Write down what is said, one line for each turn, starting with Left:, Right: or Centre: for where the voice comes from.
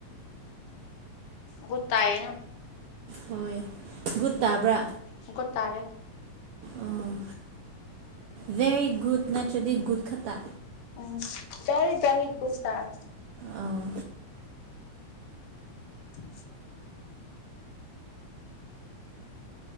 Left: ꯒꯨꯗ ꯇꯏꯌꯦ ꯅꯡ
Right: ꯍꯣꯏ ꯒꯨꯗ ꯇꯥꯕ꯭ꯔꯥ
Left: ꯒꯨꯗ ꯇꯥꯔꯦ
Right: ꯑꯣ ꯚꯦꯔꯤ ꯒꯨꯗ ꯅꯇꯔꯗꯤ ꯒꯨꯗ ꯈꯛꯇ
Left: UNINTELLIGIBLE
Right: ꯑꯥ
Left: INAUDIBLE